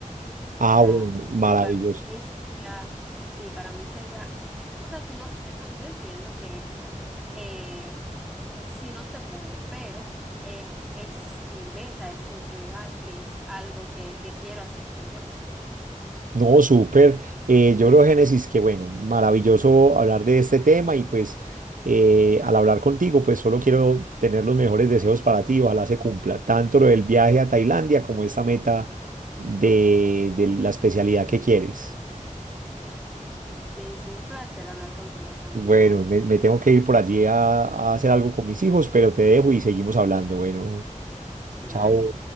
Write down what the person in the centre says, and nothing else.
O sea,
y para mí sería, sí, para mí sería, o sea, si no, yo, yo entiendo que eh, si no se puede, pero eh, es mi meta, es mi prioridad y es algo que, que quiero hacer 100%.
Sí, sí, un placer hablar contigo, Santiago.
Bye.